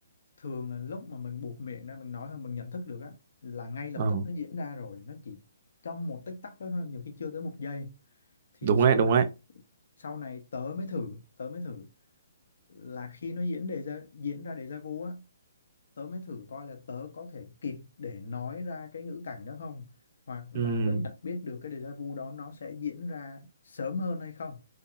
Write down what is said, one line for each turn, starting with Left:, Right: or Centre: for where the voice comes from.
Left: thường là lúc mà mình buột miệng ra mình nói thôi mình nhận thức được á là ngay lập
Right: ờ,
Left: tức nó diễn ra rồi, nó chỉ trong một tích tắc đó thôi, nhiều khi chưa tới một giây thì
Right: đúng
Left: sau
Right: đấy đúng
Left: này,
Right: đấy
Left: sau này tớ mới thử, tớ mới thử là khi nó diễn đề ra diễn ra déjà vu á tớ mới thử coi là tớ có thể kịp để nói ra cái ngữ cảnh đó không hoặc là
Right: ừ
Left: tớ nhận biết được cái déjà vu đó nó sẽ diễn ra sớm hơn hay không